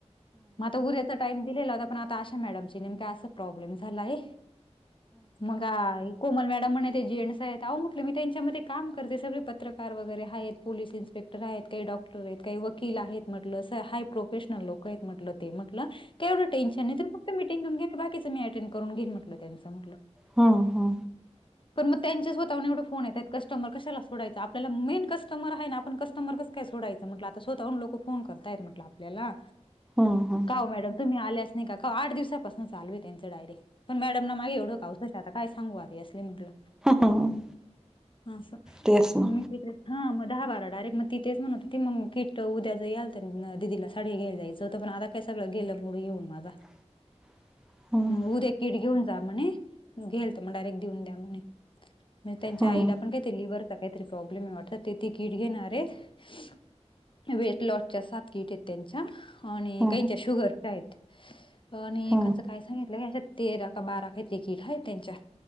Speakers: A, on the left; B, in the centre.
A: मग आता उद्याचा टाइम दिलेला होता. पण आता आशा मॅडमची, नेमका असं प्रॉब्लेम झालाय. मगा, कोमल मॅडम म्हने ते जेंट्सयात. अहो म्हटलं, मी त्यांच्यामध्ये काम करते. सगळे पत्रकार वगैरे हायत. पोलिस इन्स्पे इन्स्पेक्टर आहेत, काही डॉक्टरयत. काही वकील आहेत म्हटलं. स हाय प्रोफेशनल लोकयत म्हंटल ते. म्हंटल एवढं टेन्शनय तर, फक्त मीटिंग तुम्ही घ्या, मी बाकीचं मी अटेंड करून घेइल म्हटलं, त्यांचं म्हटलं.
B: हा, हा.
A: पण मग त्यांचे स्वतःहून एवढे फोन येतायत. कस्टमर कशाला सोडायचा. आपल्याला मेन कस्टमर हाय ना आपण कस्टमर कसं, काय सोडायंचं म्हटलं. आता स्वतः हुन लोकं फोन करतयात म्हटल. आप ल्याला.
B: हम्म
A: का हो मॅडम, तुम्ही आल्यास नाही का? का आठ दिवसापासून चालूय त्यांचं डायरी पण मॅडमना, माझे एवढं <unintelligible> आता, काय सांगू? आता आधी असली म्हटलं.
B: हम्म
A: असं.
B: तेच ना
A: म मी तिकडे हा, मग दहा बारा. डायरेक्ट. मग ती तेच म्हणत होती, मग किट उद्यां जर यायल तर, दिदीला साडी घ्यायला जायचं होतं. पण आता काय सगळं गेलं, मुड येऊन माझा.
B: <inaudible> हम्म
A: म उद्या किट घेऊन जा म्हणे. घेल तर मग, डायरेक्ट देऊन द्या म्हणे. म्हणजे त्यांच्या
B: हम्म
A: आईला पण, काही ते लिव्हवरचा काहीतरी प्रॉब्लेमय वाटतं. ते ती कीट घेणार. वेट- वेट लॉसच्या सात किटयत त्यांच्या. आणि
B: हम्म
A: काहींच्या शुगर आहेत. आणि
B: हम्म
A: एकाचं काय सांगितलंय. अशा तेरा का, बारा काही तरी कीट हायत त्यांच्या.